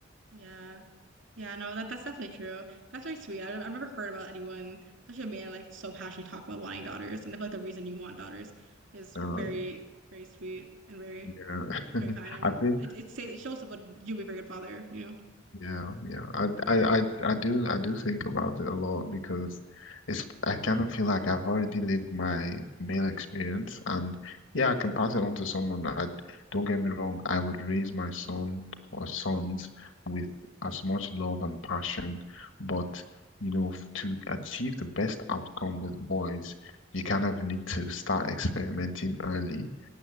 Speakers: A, on the right (about 85°); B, on the left (about 80°).
A: yeah. Yeah, no, that that's definitely true. That's very sweet. I, don't I've never heard about anyone, especially a man, like so passionately talk about wanting daughters. And I feel like the reason you want daughters is
B: Uh,
A: very, very sweet and very,
B: yeah.
A: like,
B: <laughs>
A: very kind. And
B: I feel.
A: it it, says, it shows that what you'll be a very good father, you know?
B: Yeah, yeah. I,
A: Yeah.
B: I, I, I do I do think about it a lot because it's I kind of feel like I've already lived my male experience and yeah, I can pass it on to someone. I don't get me wrong, I would raise my son or sons with as much love and passion, but you know, f- to achieve the best outcome with boys, you kind of need to start experimenting early